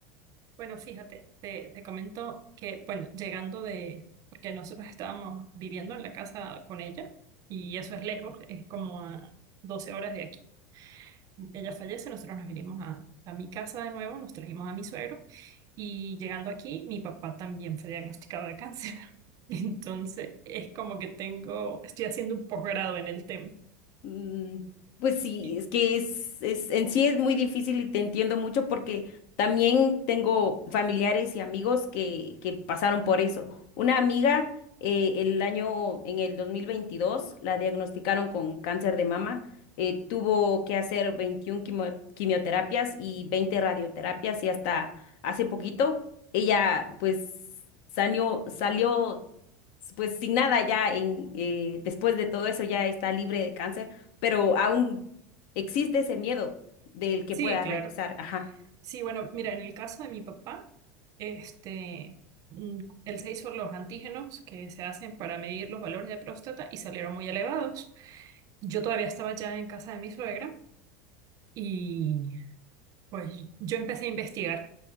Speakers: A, on the right (about 45°); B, on the left (about 60°).
A: bueno, fíjate, te, te comento que, bueno, llegando de, porque nosotros estábamos viviendo en la casa con ella y eso es lejos, es como a 12 horas de aquí. Ella fallece, nosotros nos vinimos a, a mi casa de nuevo, nos trajimos a mi suegro y llegando aquí, mi papá también fue diagnosticado de cáncer. <laughs> Entonces, es como que tengo, estoy haciendo un posgrado en el tema.
B: Mm, Pues sí,
A: Y,
B: es que es, es, en sí es muy difícil y te entiendo mucho porque también tengo familiares y amigos que, que pasaron por eso. Una amiga eh, el año, en el 2022 la diagnosticaron con cáncer de mama. eh, tuvo que hacer 21 quimo- quimioterapias y 20 radioterapias y hasta hace poquito ella pues salió, salió pues sin nada ya en, eh, después de todo eso ya está libre de cáncer pero aún existe ese miedo del que
A: sí,
B: pueda
A: claro.
B: regresar. Ajá.
A: Sí, bueno, mira, en el caso de mi papá, este, mm, él se hizo los antígenos que se hacen para medir los valores de próstata y salieron muy elevados. Yo todavía estaba ya en casa de mi suegra y pues yo empecé a investigar.